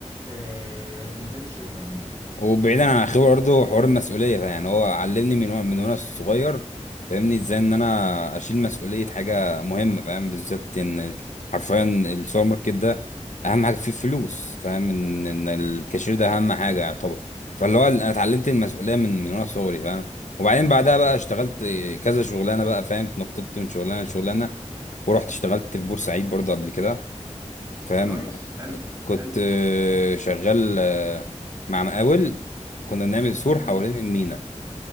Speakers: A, on the right; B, on the left.
A: آه، في مجال الشغل عموما
B: وبعيدا عن الخبره برضه حوار المسؤوليه ده يعني هو علمني من و... من وانا صغير فاهمني ازاي ان انا اشيل مسؤوليه حاجه مهمه فاهم بالذات ان حرفيا السوبر ماركت ده اهم حاجه فيه فلوس فاهم ان ان الكاشير ده اهم حاجه يعتبر فاللي هو انا اتعلمت المسؤوليه من من وانا صغري فاهم وبعدين بعدها بقى اشتغلت كذا شغلانه بقى فاهم اتنططت من شغلانه لشغلانه ورحت اشتغلت في بورسعيد برضه قبل كده فاهم
A: نايس حلو
B: كنت
A: حلو
B: آه، شغال آه، مع مقاول كنا بنعمل سور
A: امم
B: حوالين المينا